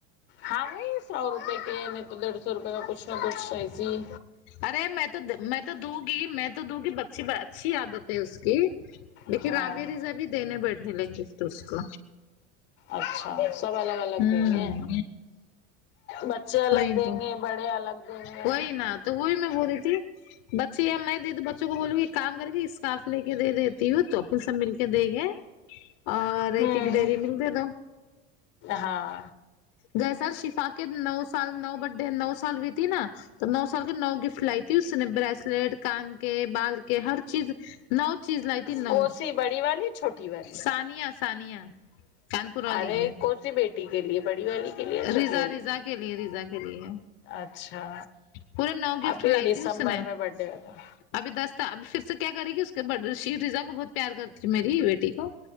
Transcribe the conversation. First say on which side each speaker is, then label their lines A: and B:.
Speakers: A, on the left; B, on the left.
A: ہاں وہی سو روپے کے نہیں تو ڈیڑھ سو روپئے کا کچھ نہ کچھ ایسی ہی
B: ارے میں تو میں تو دوں گی میں تو تو دکی بچی اچھی عادت ہے اس کی لیکن
A: ہاں
B: راب رضا بھی دینے بیٹھے لے گفٹ اس کو
A: اچھا سب الگ الگ
B: ہوں
A: دیں گے بچچے الگ
B: وہی
A: دیں
B: تو
A: گے بڑے الگ دیں گے
B: وہی نا تو وہ بھی میں بول رہی تھی بچے یا میں دے د بچوں کو بولوں گی کہ کام کر کے کاف لے کے دے دیتی ہوں توپل سب مل کے دے گئے اور ایک
A: ہوں
B: ایک ڈیری ملک دے دو
A: ہاں
B: گئے سر شفا کے نو سال نو بڈے نو سال ہوئی تھی نا تو نو سال کے نو گفٹ لائی تھی اس نے بریسلیٹ کان کے بال کے ہر چیز نو چیز لائی تھی نو
A: کوسی بڑی والی چھوٹی والی
B: سانیا سانیا چانانپور والی
A: ارے
B: ہے
A: کوسی بیٹی کے لیے بڑی والی کے لیے چھوٹی
B: ریضا
A: والی
B: ریضا کے لیے ریضا کے لیے
A: اچھا
B: پورے نو گفٹ
A: ابھی
B: لائی
A: دسمبر
B: تھی اس نے
A: میں برتھ ڈے ہوتا
B: ابھی دس اب پھر سے کیا کرے گی اس کے شی رضا کو بہت پیار کرتی میری بیٹی کو